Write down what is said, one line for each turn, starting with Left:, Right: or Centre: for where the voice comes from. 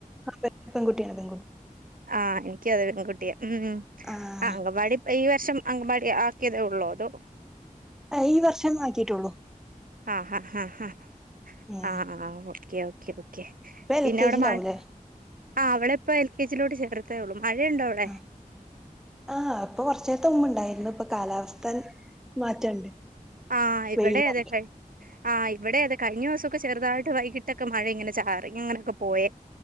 Centre: ആ പെൺുട്ടിയാണ്
Right: ആ എനിക്ക് അതെ ഒരു പെൺകുട്ടിയെ ഉം
Centre: ആഹ്
Right: ആ അംഗവാടി ഈ വർഷം അങ്കമാടി ആക്കിയതേ ഉള്ളൂ അതോ
Centre: ഈ വർഷം ആക്കിട്ടുള്ളു
Right: ഹാ ഹാ ഹാ
Centre: ഉം
Right: ആ ഓക്കെ ഓക്കെ ഓക്കെ
Centre: ഇപ്പൊ എൽ
Right: പിന്നെ
Centre: കെ
Right: അവിടെ
Centre: ജിയിലാവൂലേ
Right: മഴ ആ അവിടെ ഇപ്പോ എൽ കെ ജയിലോട്ട് ചേർത്തേ ഉള്ളൂ മഴയുണ്ടോ അവിടെ
Centre: ആ ആ അപ്പൊ കൊറച്ചേര്ത്തെ മുമ്പ് ഉണ്ടായിരുന്നു ഇപ്പൊ കാലാവസ്ഥ മാറ്റണ്ട്
Right: ആ് ഇവിടെ
Centre: വെയിലായി
Right: അതെഴ ആ് ഇവിടെ അതൊ കഴിഞ്ഞിവസംൊക്കെുതായിട്ട് വൈകിട്ടക്കെ മഴ ഇങ്ങനെ ചറി ഇങ്ങനെയൊക്കെ പോയ